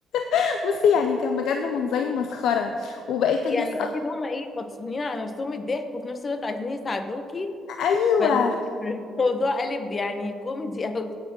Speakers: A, on the left (about 80°); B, on the left (about 40°).
A: <laughs> بصي يعني كان بجد منظري مسخرة وبقيت
B: يعني
A: الناس أصلا
B: أكيد هما إيه فطسانين على نفسهم الضحك وفي نفس الوقت عايزين يساعدوكي
A: أيوه
B: فالموضوع <laughs> قلب يعني كوميدي أوي